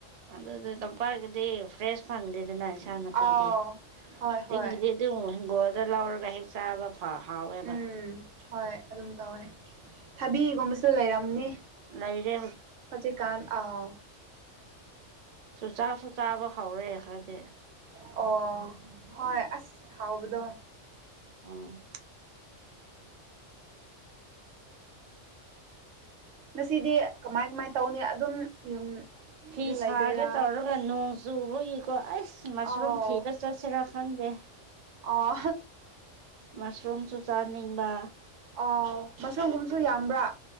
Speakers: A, on the right (about 55°); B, on the right (about 75°).
A: ꯑꯗꯨꯗꯤ ꯇꯄꯥꯛꯒꯤꯗꯤ ꯐ꯭ꯔꯦꯁ ꯐꯪꯗꯦꯗꯅ ꯏꯁꯥꯡꯄꯤꯗꯤ
B: ꯑꯥꯎ ꯍꯣꯏ ꯍꯣꯏ
A: ꯆꯤꯡꯒꯤꯗꯤ ꯑꯗꯨꯝ ꯍꯤꯡꯒꯣꯜꯗ ꯂꯧꯔꯒ ꯍꯦꯛ ꯆꯥꯕ ꯐ ꯍꯥꯎꯋꯦꯕ
B: ꯎꯝ ꯍꯣꯏ ꯑꯗꯨꯝ ꯇꯧꯋꯦ ꯊꯥꯕꯤꯒꯨꯝꯕꯁꯨ ꯂꯩꯔꯝꯅꯤ
A: ꯂꯩꯔꯦ
B: ꯍꯧꯖꯤꯛꯀꯥꯟ ꯑꯥꯎ
A: ꯆꯨꯖꯥꯛꯁꯨꯨ ꯆꯥꯕ ꯍꯧꯔꯦ ꯈꯔꯗꯤ
B: ꯑꯣ ꯍꯣꯏ ꯑꯁ ꯍꯥꯎꯕꯗꯣ
A: ꯎꯝ꯫
B: ꯉꯁꯤꯗꯤ ꯀꯃꯥꯏ ꯀꯃꯥꯏ ꯇꯧꯅꯤ ꯑꯗꯨꯝ ꯌꯨꯝꯗ
A: ꯐꯤ
B: ꯂꯩꯗꯣꯏꯔꯥ
A: ꯁꯥꯒꯦ ꯇꯧꯔꯒ ꯅꯣꯡ ꯆꯨꯕꯒꯤ꯫ ꯀꯣ ꯑꯩꯁ ꯃꯁꯔꯨꯝ
B: ꯑꯥꯎ
A: ꯊꯤꯕ ꯆꯠꯁꯤꯔꯥ ꯈꯪꯗꯦ꯫
B: ꯑꯣ
A: ꯃꯁꯔꯨꯝꯁꯨ ꯆꯥꯅꯤꯡꯕ꯫
B: ꯑꯣ ꯃꯁꯨꯝꯒꯨꯝꯁꯨ ꯌꯥꯝꯕ꯭ꯔꯥ